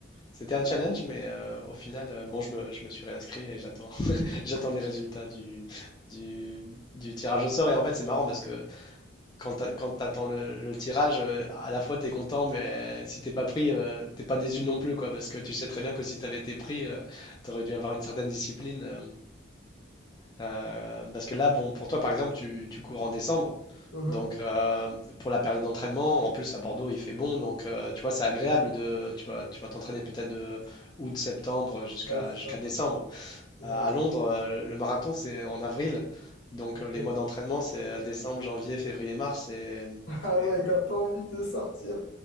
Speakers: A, on the left; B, on the left.
A: C'était un challenge, mais euh, au final, euh, bon, je me, je me suis réinscrit et j'attends, <laughs> j'attends les résultats du, du, du tirage au sort. Et en fait, c'est marrant parce que quand t'a- quand t'attends le, le tirage, euh, à la fois t'es content, mais si t'es pas pris, euh, t'es pas déçu non plus, quoi, parce que tu sais très bien que si t'avais été pris, tu t'aurais dû avoir une certaine discipline. euh, euh, parce que là, bon, pour toi, par exemple, tu, tu cours en décembre.
B: mhm.
A: Donc, euh, pour la période d'entraînement, en plus à Bordeaux, il fait bon. Donc, euh, tu vois, c'est agréable de. Tu vas, tu vas t'entraîner peut-être de août, septembre jusqu'à
B: Ouais, c'est
A: jusqu'à
B: ça.
A: décembre.
B: C'est
A: À
B: ça.
A: à Londres, euh, le marathon, c'est en avril. Donc,
B: Ok.
A: euh, les
B: <laughs>
A: mois d'entraînement, c'est euh, décembre, janvier, février, mars. Et,
B: Ah
A: et,
B: ouais, t'as pas envie de sortir.